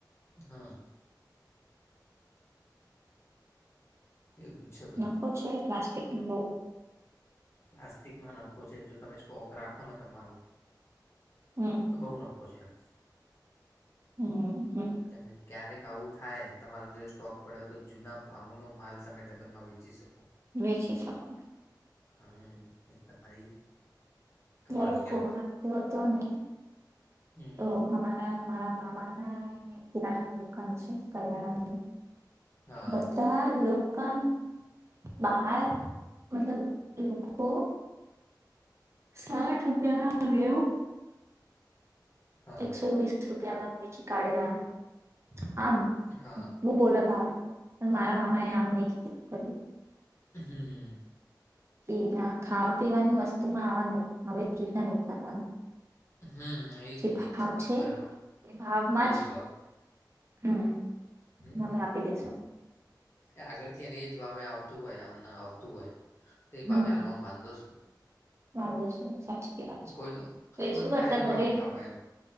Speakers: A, on the left; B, on the right.
A: હા એવું છે બધું
B: નફો છે પ્લાસ્ટિક <unintelligible>
A: પ્લાસ્ટિકમાં નફો છે જો તમે સ્ટોક રાખો ને તમારો
B: હમ
A: તો બહુ નફો છે એમ
B: હમ હમ
A: <unintelligible> ક્યારેક આવું થાય તમારો જો એ સ્ટોક પડ્યો હોય તો જૂના ભાવ નો માલ તમે ડબલમાં વેચી શકો.
B: વેચી શકું.
A: હા એ તમારી કમાણી
B: અત્યારે કોરોના
A: એમ
B: થ્યો તો ને
A: હમ
B: તો હમારા મારા મામા હા એ કિરાણાની દુકાન છે કરિયાણાની
A: હા
B: બચાવો. <unintelligible> બહાર મતલબ લોકો સાઠ રૂપિયા લાવે એવું
A: હા
B: એકસો વીસ રૂપિયા મા વેચી કાઢ્યા <inaudible> આમ
A: હા
B: હું બોલા ભાવે પણ મારા મામા એ આમ નહીં કીધું કર્યું.
A: હમ
B: એ ના ખાવા પીવાની વસ્તુમાં આવા નય હવે એ રીતના નહી કરવાનું
A: હમ એજ
B: જે
A: ને
B: ભાવ
A: એ જ
B: છે
A: બરાબર
B: એ ભાવમાં
A: એ જ ભાવ
B: હમ
A: હમ
B: મને આપી દેશો.
A: એ આગળથી એને એ જ ભાવે આવતું હોય આમને આવતું હોય. તે
B: હમ
A: ભાવે આલવામાં વાંધો શુ?
B: વાંધો શું? સાચી વાત છે
A: કોઈનો
B: તો
A: કોઈનો
B: એ શું કરતા
A: ફાયદો
B: ઘરે
A: ના ઉઠાવાય એમ